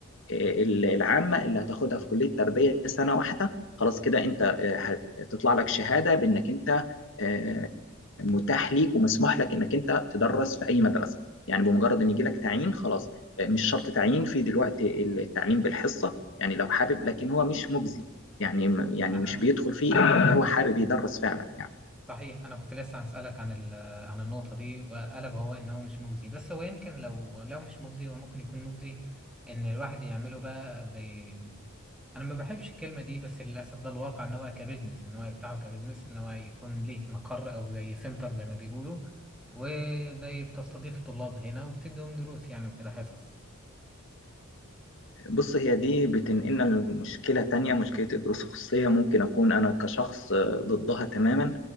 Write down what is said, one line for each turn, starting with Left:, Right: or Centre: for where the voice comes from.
Left: آه، ال- العامه اللي هتاخدها في كليه تربيه سنه واحده خلاص كده انت آه، هتطلع لك شهاده بانك انت آه، متاح ليك ومسموح لك انك انت تدرس في اي مدرسه يعني بمجرد ان يجي لك تعيين خلاص آه، مش شرط تعيين في دلوقتي التعليم بالحصه يعني لو حابب لكن هو مش مجزي يعني يعني
Centre: أنا
Left: مش بيدخل فيه الا اللي هو حابب يدرس فعلا يعني
Centre: صحيح أنا كنت لسه هسألك عن ال- عن النقطة دي وقلب هو إن هو مش مجزي بس هو يمكن لو لو مش مجزي هو ممكن يكون مجزي إن الواحد يعمله بقى زي انا ما بحبش الكلمه دي بس للاسف ده الواقع ان هو كبزنس ان هو يفتحه كبزنس ان هو يكون ليه مقر او زي سنتر زي ما بيقولوا وزي بتستضيف الطلاب هنا وبتديهم دروس يعني وكده حصص
Left: بص هي دي بتنقلنا لمشكلة تانية مشكلة الدروس الخصوصية ممكن أكون أنا كشخص آه، ضدها تماما